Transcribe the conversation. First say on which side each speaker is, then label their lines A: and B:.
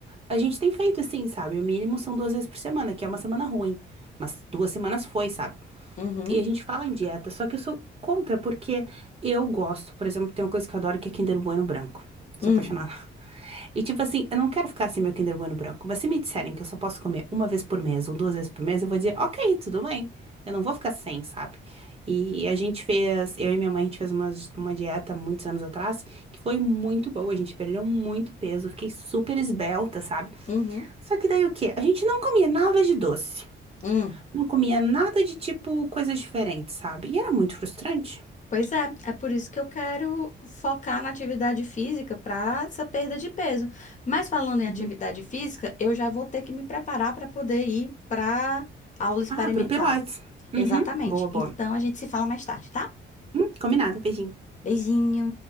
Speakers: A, on the right; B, on the left.
A: a gente tem feito assim, sabe? O mínimo são duas vezes por semana, que é uma semana ruim, mas duas semanas foi, sabe?
B: uhum.
A: E a gente fala em dieta, só que eu sou contra, porque eu gosto, por exemplo, tem uma coisa que eu adoro que é Kinder Bueno branco. Sou
B: Hum,
A: apaixonada e tipo assim, eu não quero ficar assim meu Kinder Bueno branco, mas se me disserem que eu só posso comer uma vez por mês ou duas vezes por mês, eu vou dizer, ok, tudo bem. Eu não vou ficar sem, sabe? E a gente fez, eu e minha mãe, a gente fez uma, uma dieta muitos anos atrás, que foi muito boa, a gente perdeu muito peso, fiquei super esbelta, sabe?
B: uhum,
A: Só que daí o quê? A gente não comia nada de doce,
B: hum.
A: não comia nada de tipo coisas diferentes, sabe? E era muito frustrante.
B: Pois é, é por isso que eu quero focar na atividade física para essa perda de peso. Mas falando em
A: Uhum.
B: atividade física, eu já vou ter que me preparar para poder ir para aula experimental.
A: Ah, pro Pilates. Uhum,
B: Exatamente.
A: boa, boa.
B: Então a gente se fala mais tarde, tá?
A: Hum, combinado, beijinho.
B: Beijinho.